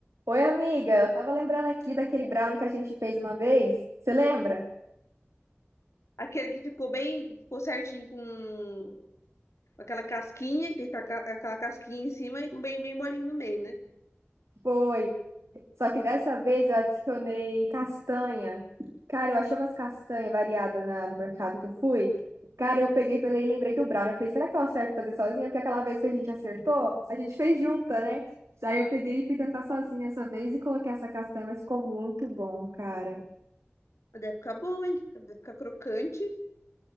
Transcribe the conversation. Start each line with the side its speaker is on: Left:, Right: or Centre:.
Right: Oi, amiga, eu tava lembrando aqui daquele brownie que a gente fez uma vez. Você lembra?
Left: Aquele que ficou bem, ficou certinho com aquela casquinha, que tem que ficar ca- aquela casquinha em cima e bem, bem molinho no meio, né?
Right: Foi. Só que dessa vez eu adicionei castanha. Cara, eu achei umas castanhas variadas na- no mercado que eu fui. Cara, eu peguei e falei, lembrei do brownie. Eu falei, será que eu acerto fazer sozinha? Porque aquela vez que a gente acertou, a gente fez junta, né? Daí eu peguei e fui tentar sozinha essa vez e coloquei essa castanha, mas ficou muito bom, cara.
Left: Mas deve ficar bom, hein? Deve ficar crocante.